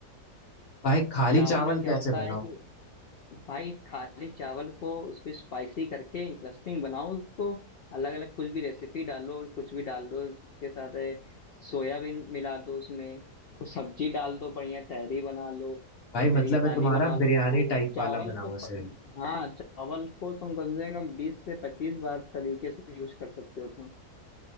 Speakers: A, on the left; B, on the left.
A: भाई खाली
B: चावल
A: चावल
B: में क्या
A: कैसे
B: होता
A: बनाओ
B: है कि भाई खाली चावल को उसको स्पाइसी करके इंटरेस्टिंग बनाओ उसको अलग अलग कुछ भी रेसिपी डालो और कुछ भी डाल दो उसके साथ है, सोयाबीन मिला दो उसमें कुछ सब्जी डाल दो बढ़िया तहरी बना लो
A: भाई
B: बिरयानी
A: मतलब है तुम्हारा
B: बना लो
A: बिरयानी
B: उसको
A: टाइप
B: चावल
A: वाला बनाओ
B: को
A: ऐसे
B: प... हाँ चावल को तुम कम से कम बीस से पच्चीस बार तरीके से यूज कर सकते हो तुम